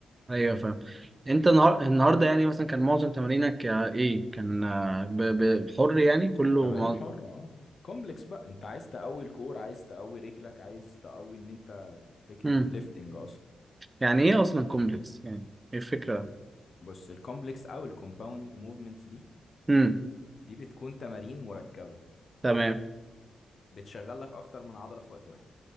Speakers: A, on the right; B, on the left.
A: ايوه فاهم انت النهار...
B: بس
A: النهارده يعني مثلا كان معظم تمارينك آه، ايه كان آه، ب... ب... حر يعني كله
B: تمارين
A: معظم
B: حره اه آه. كومبلكس بقى انت عايز تقوي الكور عايز تقوي رجلك عايز تقوي ان انت فكره
A: امم
B: الليفتنج اصلا
A: يعني ايه اصلا كومبلكس يعني ايه الفكره
B: بص الكومبلكس او الكومباوند موفمنتس دي
A: امم
B: دي بتكون تمارين مركبه
A: تمام
B: بتشغل لك اكتر من عضله في وقت واحد